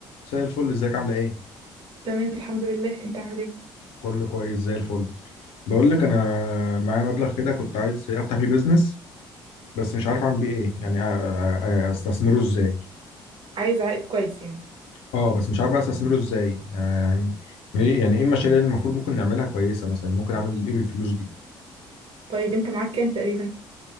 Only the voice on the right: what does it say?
تمام الحمد لله انت عامل ايه
عايز عائد كويس يعني
طيب انت معاك كام تقريبا